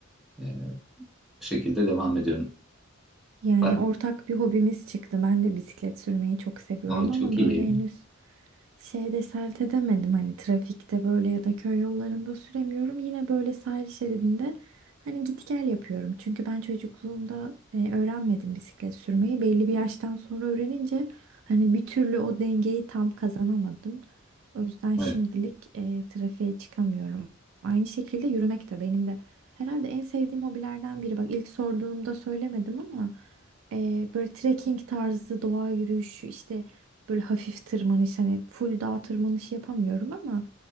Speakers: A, in the centre; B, on the right.
A: E, bu şekilde devam ediyorum.
B: Yani
A: Var-
B: ortak bir hobimiz çıktı. Ben de bisiklet sürmeyi çok seviyorum
A: Aa, çok
B: ama böyle
A: iyi.
B: henüz Şeyde sert edemedim hani trafikte böyle ya da köy yollarında süremiyorum. Yine böyle sahil şeridinde hani git gel yapıyorum. Çünkü ben çocukluğumda e, öğrenmedim bisiklet sürmeyi. Belli bir yaştan sonra öğrenince hani bir türlü o dengeyi tam kazanamadım. O yüzden
A: Evet,
B: şimdilik e, trafiğe çıkamıyorum. Aynı şekilde yürümek de benim de herhalde en sevdiğim hobilerden biri. Bak ilk sorduğunda söylemedim ama e, böyle trekking tarzı doğa yürüyüşü işte Böyle hafif tırmanış hani full dağ tırmanışı yapamıyorum ama